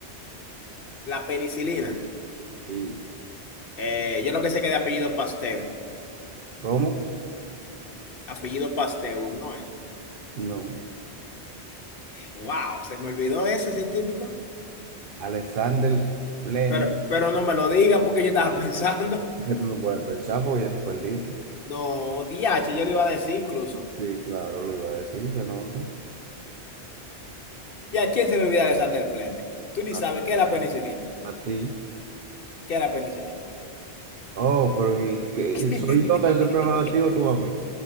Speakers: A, on the left; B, on the right.
A: La penicilina.
B: Sí.
A: Eh, yo lo que sé que de apellido Pasteur.
B: ¿Cómo?
A: Apellido Pasteur, ¿no es?
B: No.
A: Wow, se me olvidó ese científico.
B: Alexander Fleming.
A: Pero, pero no me lo diga porque yo estaba <laughs> pensando.
B: Que tú no puedes pensar porque ya tú perdiste.
A: No, D H yo le iba a decir incluso.
B: Sí, claro, lo iba a decir, se nota.
A: ¿Y a quién se le olvida Alexander Fleming? Tú ni
B: A,
A: sabes qué es la penicilina.
B: a ti.
A: ¿Qué es la penicilina?
B: Oh, pero ¿y qué?
A: <laughs>
B: ¿Soy yo que te estoy preguntando a ti o tú a mí?